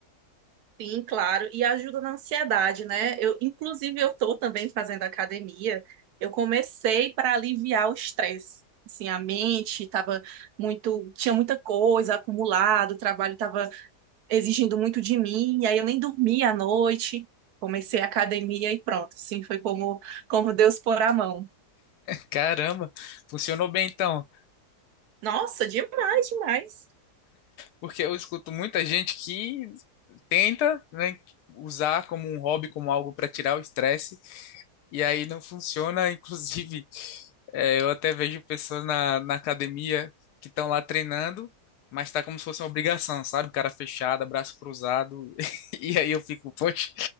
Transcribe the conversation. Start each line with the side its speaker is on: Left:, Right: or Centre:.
Right: Sim, claro, e ajuda na ansiedade, né? Eu, inclusive, eu estou também fazendo academia. Eu comecei para aliviar o estresse. Assim, a mente estava muito, tinha muita coisa acumulada, o trabalho estava exigindo muito de mim, e aí eu nem dormia à noite. Comecei a academia e pronto, assim, foi como, como Deus pôr a mão.
Left: Caramba, funcionou bem então,
Right: Nossa, demais, demais.
Left: porque eu escuto muita gente que tenta, né, usar como um hobby, como algo para tirar o estresse, e aí não funciona. <laughs> Inclusive, é, eu até vejo pessoas na, na academia que estão lá treinando, mas tá como se fosse uma obrigação, sabe? Cara fechada, braço cruzado, <laughs> e aí eu fico, poxa,